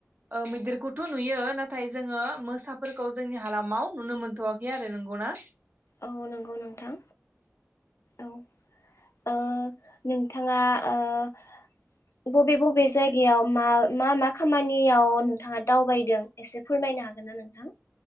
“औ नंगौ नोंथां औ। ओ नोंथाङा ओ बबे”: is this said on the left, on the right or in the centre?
Left